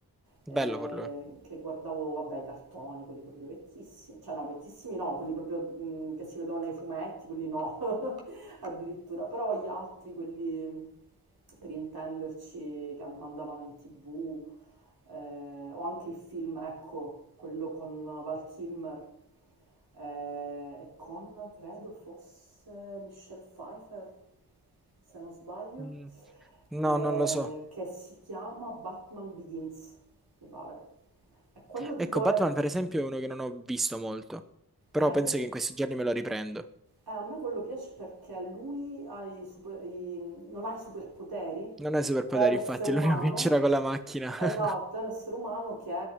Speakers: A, on the right; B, in the centre.
A: eh,
B: Bello per lui.
A: che guardavo, vabbè, i cartoni, quelli proprio vecchissimi, cioè no, vecchissimi no, quelli proprio mh, che si vedono nei fumetti, quelli no, <laughs> addirittura, però gli altri, quelli per intenderci, che mandavano in tv, eh, o anche il film, ecco, quello con Val Kilmer eh, e con, credo fosse Michelle Pfeiffer, se non sbaglio,
B: Mm, No,
A: eh,
B: non lo so.
A: che si chiama Batman Begins, mi pare. E quello tipo
B: Ecco, Batman
A: è...
B: per esempio è uno che non ho visto molto, però
A: Eh,
B: penso
A: invece,
B: che in questi giorni me lo riprendo.
A: eh, a me quello piace perché lui ha i super- i- non ha i superpoteri,
B: Non è superpoteri,
A: è un essere
B: infatti,
A: umano
B: <laughs> è l'unico che c'era con la macchina.
A: Esatto,
B: <laughs>
A: è un essere umano che